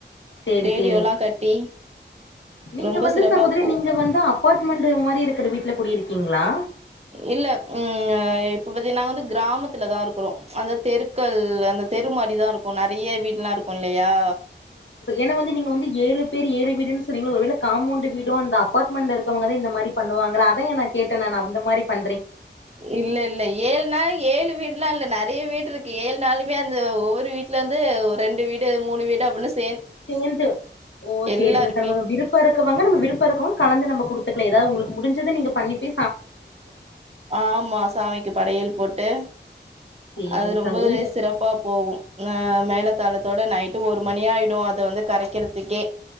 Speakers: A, on the left; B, on the right.
A: சேரி
B: ரேடியோலாம்
A: சேரி
B: கட்டி
A: நீங்க
B: ரொம்ப
A: வந்து
B: சிறப்பா
A: சகோதிரி
B: போவு
A: நீங்க வந்து அபார்ட்மெண்டு மாரி இருக்குற வீட்ல குடியிருக்கீங்ளா
B: இல்ல உஹம் இப்ப பாத்தீங்கனா நாங்க வந்து கிராமத்துல தான் இருக்கிறோம் அந்த தெருக்கள் அந்த தெரு மாரிதான் இருக்கும் நிறைய வீட்லாம் இருக்கும் கொல்லையா
A: ஏனா வந்து நீங்க வந்து ஏழு பேர் ஏழு வீடுன்னு சொன்னீங்கல ஒருவேளை காமோண்டு வீடும் அந்த அபார்ட்மண்டு இருக்கவங்க இந்த மாரி பண்ணுவாங்க அதான் கேட்டன் நானு இந்த மாரி ப
B: இல்ல இல்ல ஏழு நாலு ஏழு வீடு இல்ல இல்ல நிறைய வீடு இருக்கு ஏழு நாளுமே அந்த ஒவ்வொரு வீட்ல வந்து ஒரு ரெண்டு வீடு மூணு வீடு அப்படின்னு
A: சேர்ந்து ஓ
B: எல்லாருமே
A: சரிங்க சார் விருப்பம் இருக்கவங்க நம்ம விருப்பம் இருக்கவங்க கலந்து நம்ம கொடுத்து ஏதாவ உங்களுக்கு முடிஞ்சது நீங்க பண்ணிட்டு
B: ஆமா சாமிக்கு படையல் போட்டு
A: சேரிங்க
B: அது ரொம்பவே
A: சகோ உங்
B: சிறப்பா போகும் ஆஹ் மேல தலத்தோட நைட்டு ஒரு மணியாயிடும் அத வந்து கரைக்கிறதுக்கே